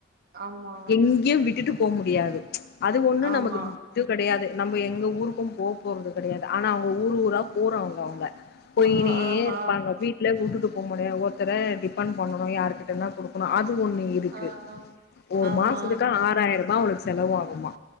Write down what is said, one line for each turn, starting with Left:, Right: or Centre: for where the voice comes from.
Right: ஆமா
Left: எங்கயு விட்டு போ முடியாது அது ஒண்ணு
Right: ஆமா.
Left: நமக்கு இது கடையாது நம்ம எங்க ஊருக்கோ போ போறது கெடையாது ஆனா அவுங்க ஊரு ஊரா போறவங்க அவுங்க போயினே
Right: ஆ ஆஹா
Left: இருப்பாங்க வீட்ல வுட்டுட்டு போ முடியாது ஒருத்தர டிபெண்ட் பண்ணணோ யார்கிட்டதா குடுக் அது ஒண்ணு இருக்கு
Right: ஆ ஆ
Left: ஒரு
Right: ஆமா
Left: மாசத்துக்கு ஆறாயிரபா அவளுக்கு செலவாகுமா